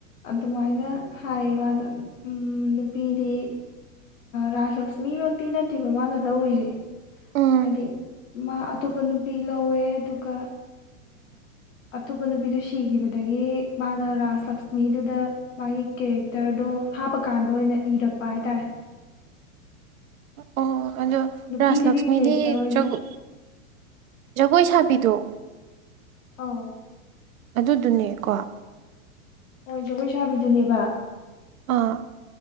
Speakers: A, on the left; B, on the right.
A: ꯑꯗꯨꯃꯥꯏꯅ ꯍꯥꯏꯌꯦ ꯃꯥꯗꯣ ꯎ ꯅꯨꯄꯤꯗꯤ ꯔꯥꯖ ꯂꯛꯁꯃꯤ ꯃꯛꯇꯤ ꯅꯠꯇꯦꯕ ꯃꯥꯅ ꯂꯧꯔꯤꯁꯦ
B: ꯎꯝ
A: ꯍꯥꯏꯗꯤ ꯃꯥ ꯑꯇꯣꯞꯄ ꯅꯨꯄꯤ ꯂꯧꯋꯦ ꯑꯗꯨꯒ ꯑꯇꯣꯞꯄ ꯅꯨꯄꯤꯗꯨ ꯁꯤꯈꯤꯕꯗꯒꯤ ꯃꯥꯅ ꯔꯥꯁ ꯂꯛꯁ ꯃꯤꯗꯨꯗ ꯃꯥꯒꯤ ꯀꯦꯔꯦꯛꯇꯔꯗꯣ ꯍꯥꯞꯄꯀꯥꯟꯗ ꯑꯣꯏꯅ ꯏꯔꯛꯄ ꯍꯥꯏꯇꯥꯔꯦ
B: ꯑꯣ ꯑꯗꯣ
A: ꯅꯨꯄꯤꯗꯨꯒꯤ
B: ꯔꯥꯁ ꯂꯛꯁꯃꯤꯗꯤ
A: ꯀꯦꯔꯦꯛꯇꯔ ꯑꯣꯏꯅ
B: ꯖꯒ ꯖꯒꯣꯏ ꯁꯥꯕꯤꯗꯨꯣ
A: ꯑꯥ
B: ꯑꯗꯨꯗꯨꯅꯦꯀꯣ
A: ꯍꯣꯏ ꯖꯒꯣꯏ ꯁꯥꯕꯤꯗꯨꯅꯦꯕ
B: ꯑꯥ